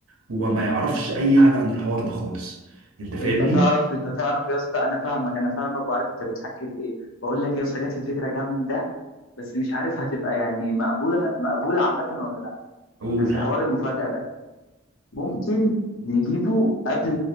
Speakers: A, on the right; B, on the left.
A: وما يعرفش اي حاجه عن الحوار ده خالص انت فاهمني
B: انت تعرف انت تعرف يا اسطى انا فاهمك انا فاهمك وعارف انت بتحكي في ايه بقول لك يا اسطى جات لي فكره جامده بس مش عارف هتبقى يعني مقبوله مقبوله عامه ولا لا
A: قول
B: في حوار المفاجاه ده ممكن نجيبه قبل